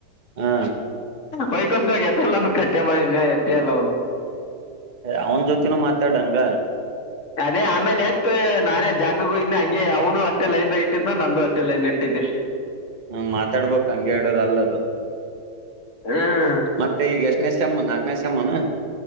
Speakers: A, on the right; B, on the left.
A: ಹಾ
B: ಹೊಯ್ಕೊಂತ ಎತ್ತಲ್ಲ ಕಟ್ಟೆ ಮಾಡನ್ಯ ಎತ್ತೆ ಇಲ್ಲ ಅವ್ನು
A: ಎ ಅವ್ನ್ ಜೊತಿನು ಮಾತಾಡಂಗ
B: ಅದೇ ಆಮೇಲೆ ಎತ್ ನಾನೇ ಜಾಗ್ಳುಗೋಗಿದ್ನಿ ಹಂಗೆ ಅವ್ನು ಅಷ್ಟೇ ಲೈನ್ದಾಗ ಇಟ್ಟಿದ್ನ ನಂದು ಅಷ್ಟೇ ಲೈನ್ ಇಟ್ಟಿದ್ದಿ
A: ಹಾ ಮಾತಾಡ್ಬೇಕು ಹಂಗೆ ಇಡುದಲ್ಲದು
B: ಹ್ಮ್
A: ಮತ್ತೆ ಈಗ ಎಷ್ಟ್ನೇ ಸೆಮ್ಮು ನಾಕ್ನೆ ಸೆಮ್ಮನ